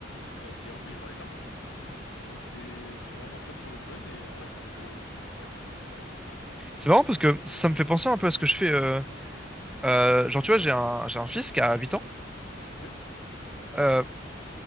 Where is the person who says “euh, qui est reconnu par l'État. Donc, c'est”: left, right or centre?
Left